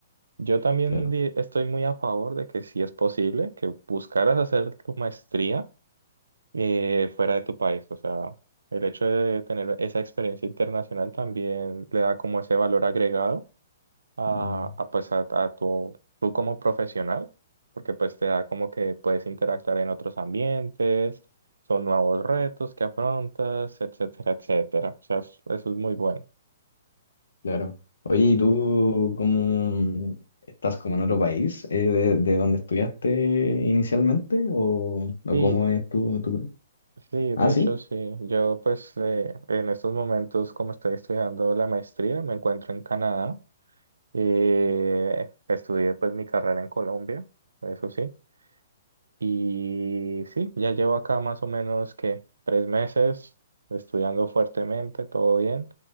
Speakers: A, on the right (about 80°); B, on the left (about 75°).
A: Yo también
B: Claro,
A: di- estoy muy a favor de que si es posible que buscaras hacer tu maestría eh, fuera de tu país, o sea, el hecho de tener esa experiencia internacional también le da como ese valor agregado a,
B: mm,
A: a, pues a, a tu, tú como profesional, porque pues te da como que puedes interactuar en otros ambientes, son nuevos retos que afrontas, etcétera, etcétera. O sea, es- eso es muy bueno.
B: claro. Oye, ¿y tú cómo estás como en otro país eh, de, de donde estudiaste inicialmente? ¿O, o
A: Sí,
B: cómo es tu, tu...
A: sí, de
B: Ah, sí,
A: hecho sí. Yo pues eh, en estos momentos como estoy estudiando la maestría, me encuentro en Canadá. Eh, estudié pues mi carrera en Colombia, eso sí. Y sí, ya llevo acá más o menos que tres meses estudiando fuertemente, todo bien,